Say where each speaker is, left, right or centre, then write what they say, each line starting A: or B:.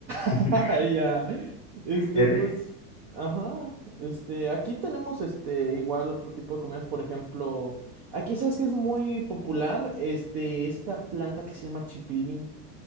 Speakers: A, on the left (about 15°); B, on the right (about 25°).
A: <laughs>
B: <laughs> Ya. Este,
A: En-
B: pues,
A: eh,
B: ajá. Este, aquí tenemos este igual otro tipo de comidas, por ejemplo, aquí sabes que es muy popular, este, esta planta que se llama chipilín